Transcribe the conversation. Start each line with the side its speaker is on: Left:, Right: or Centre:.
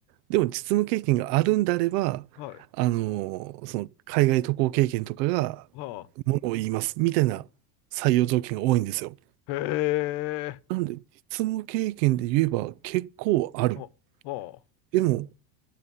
Right: でも実務経験があるんであれば、
Left: はい。
Right: あの、その、海外渡航経験とかが
Left: はあ。
Right: ものを言います、みたいな採用条件が多いんですよ。
Left: へえ。
Right: なので、実務経験で言えば結構ある。
Left: はあはあ。
Right: でも、